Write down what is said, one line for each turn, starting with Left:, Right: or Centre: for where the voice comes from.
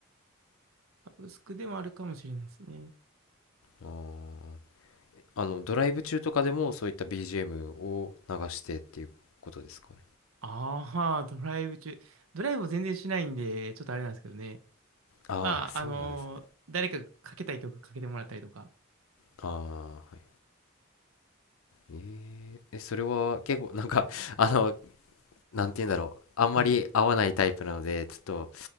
Right: サブスクでもあるかもしれないですね。
Left: あーあの、ドライブ中とかでもそういった BGM を流してっていうことですかね。
Right: ああ、ドライブ中。ドライブを全然しないんで、ちょっとあれなんですけどね。
Left: ああ、
Right: まあ、
Left: そうなんですね。
Right: あのー誰かがかけたい曲かけてもらったりとか。
Left: ああ、はい。えーえ、それは結構なんか <laughs>、あの、なんて言うんだろう。あんまり合わないタイプなので、
Right: うん。
Left: ちょっと